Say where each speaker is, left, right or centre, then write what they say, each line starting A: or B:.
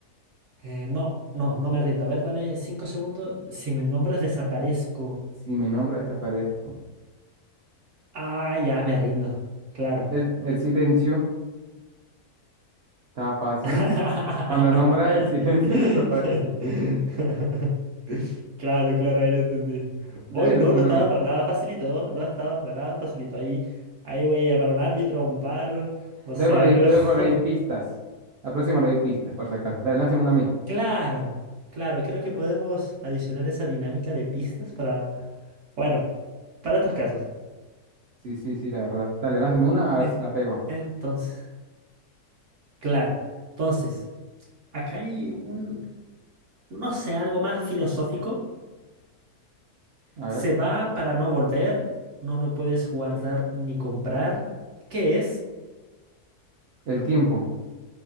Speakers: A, on the right (about 65°); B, on the right (about 80°).
A: Eh, no, no, no me rindo. A ver, dame cinco segundos. Si me nombras, desaparezco.
B: Si me nombra, desaparezco.
A: Ah, ya me rindo. Claro.
B: El, el silencio. Está fácil.
A: <laughs>
B: Cuando nombra el silencio, <laughs> desaparece.
A: Claro, claro, ahí lo entendí.
B: Dale,
A: Hoy
B: lánzame
A: no, no
B: una
A: estaba
B: a mí.
A: para nada facilito. ¿eh? No estaba para nada facilito. Ahí, ahí voy a llamar a un árbitro, a un bar, no
B: Luego
A: sé, algo.
B: le, luego
A: <laughs>
B: le di pistas. La próxima le di pistas, por si acaso. Dale, lánzame una a mí.
A: Claro, claro, creo que podemos adicionar esa dinámica de pistas para, bueno, para estos casos.
B: Sí, sí, sí, la verdad. Dale, lánzame una a ver
A: Eh,
B: si la pego.
A: Entonces. Claro. Entonces, acá hay un, no sé, algo más filosófico.
B: A
A: Se
B: ver.
A: va para no volver, no lo puedes guardar ni comprar. ¿Qué es?
B: El tiempo.